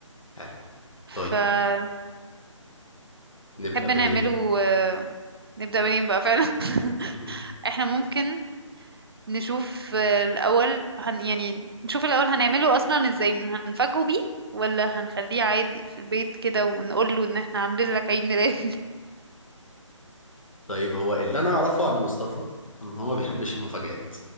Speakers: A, on the left; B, on the right.
A: حلو
B: فتحب
A: طيب نبدا منين
B: نعمله آه، نبدا منين بقى فعلا <laughs>
A: <laughs>
B: احنا ممكن نشوف آه، الاول هن يعني نشوف الاول هنعمله اصلا ازاي هنفاجئه بيه ولا هنخليه عادي في البيت كده ونقول له ان احنا عاملين لك عيد ميلاد
A: طيب هو اللي انا اعرفه عن مصطفى ان هو ما بيحبش المفاجآت